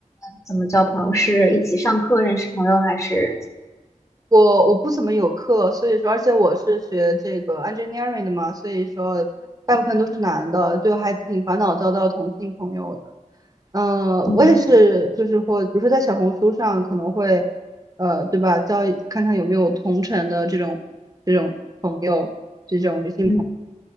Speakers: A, on the left; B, on the right.
A: 怎么交朋友？是一起上课认识朋友，还是
B: 我我不怎么有课，所以说，而且我是学这个 engineering 的嘛，所以说大部分都是男的，就还挺烦恼交到同性朋友的。嗯、
A: 嗯
B: 我也是，就是或比如说在小红书上可能会，呃，对吧，交一看看有没有同城的这种这种朋友，这种女性朋友。
A: 嗯？